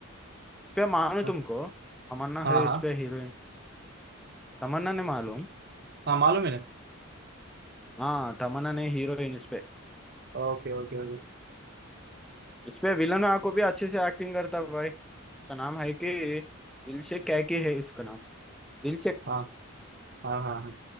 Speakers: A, in the centre; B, on the right (about 50°).
A: इस पे मानो
B: हाँ
A: तुमको तमन्ना
B: हाँ
A: है इस पे हीरोइन तमन्ना ने मालूम
B: हाँ मालूम है ना
A: हाँ तमन्ना ने हीरोइन इस पे
B: Okay okay okay
A: इस पे विलन को भी अच्छे से एक्टिंग करता है भाई उसका नाम है कि दिलशेख कैकी है उसका नाम दिलशेख
B: हाँ हाँ हाँ हाँ